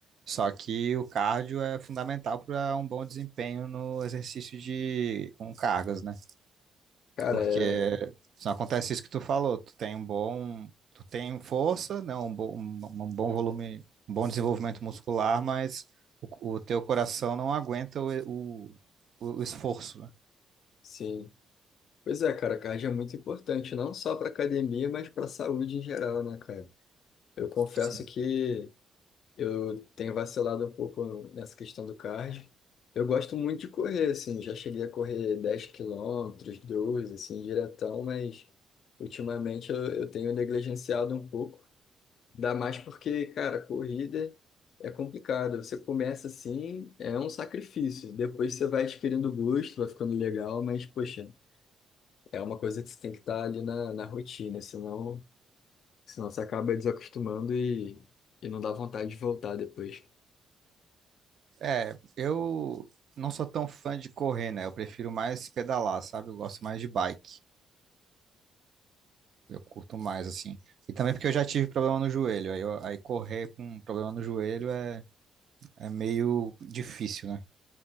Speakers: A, on the right; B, on the left.
A: Só que o cardio é fundamental para um bom desempenho no exercício de com cargas, né?
B: Cara,
A: Porque
B: é,
A: se acontece isso que tu falou, tu tem um bom, tu tem força, né, um bom, um, um bom volume, um bom desenvolvimento muscular, mas o, o teu coração não aguenta o, o, o esforço, né?
B: sim. Pois é, cara, cardio é muito importante, não só para academia, mas para a saúde em geral, né, cara? Eu confesso
A: Sim.
B: que eu tenho vacilado um pouco nessa questão do cardio. Eu gosto muito de correr, assim, já cheguei a correr 10 quilômetros, 12, assim, diretão, mas ultimamente eu, eu tenho negligenciado um pouco. Dá mais porque, cara, corrida é complicado. Você começa assim, é um sacrifício. Depois você vai adquirindo gosto, vai ficando legal, mas, poxa. É uma coisa que você tem que estar ali na, na rotina, senão, senão você acaba desacostumando e, e não dá vontade de voltar depois.
A: É, eu não sou tão fã de correr, né? Eu prefiro mais pedalar, sabe? Eu gosto mais de bike. Eu curto mais, assim. E também porque eu já tive problema no joelho. Aí, eu- aí correr com problema no joelho é, é meio difícil, né?